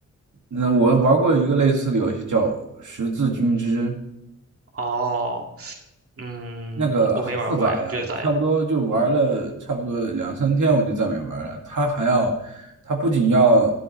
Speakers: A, on the right; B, on the right.
A: 那我玩过一个类似的游戏叫《十字军之争》，
B: 哦，嗯，
A: 那个好复杂呀，
B: 我没玩过哎，你觉得咋样？
A: 我差不多就玩了差不多两三天，我就再没玩了。他还要，他不仅要